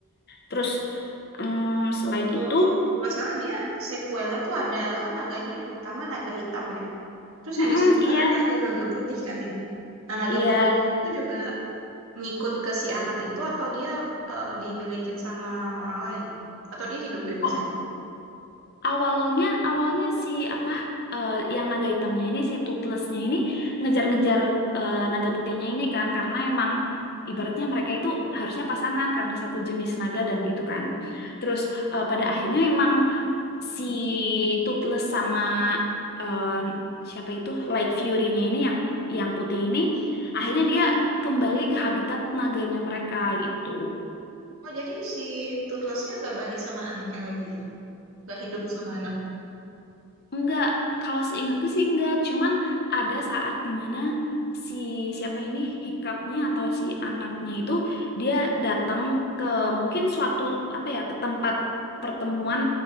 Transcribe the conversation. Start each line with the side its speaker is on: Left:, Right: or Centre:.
Left: Terus mm, selain
Right: Kalau
Left: itu,
Right: nggak salah dia sequelnya tuh ada kan naganya yang utama naga hitam ya. Terus
Left: mm-mm,
Right: yang di sebelah
Left: iya
Right: nanti ada naga putih kan ya. Nah, naga
Left: iya.
Right: putihnya itu juga ngikut ke si anak itu atau dia eh, dimilikin sama orang lain? Atau dia hidup bebas
Left: Oh,
Right: aja?
Left: awalnya awalnya si apa eh, yang naga hitamnya ini si Toothlessnya ini ngejar-ngejar eh, naga putihnya ini kan karena emang ibaratnya mereka itu harusnya pasangan karena satu jenis naga dan gitu kan. Terus eh, pada akhirnya emang si Toothless sama eh, siapa itu Light Fury-nya ini yang yang putih ini akhirnya dia kembali ke habitat naganya mereka gitu.
Right: Oh, jadi si tutlesnya nggak balik sama anaknya lagi ya? Nggak hidup sama anak.
Left: Enggak, kalau seingatku sih enggak. Cuman ada saat dimana si siapa ini hikapnya atau si anaknya itu dia datang ke mungkin suatu apa ya ke tempat pertemuan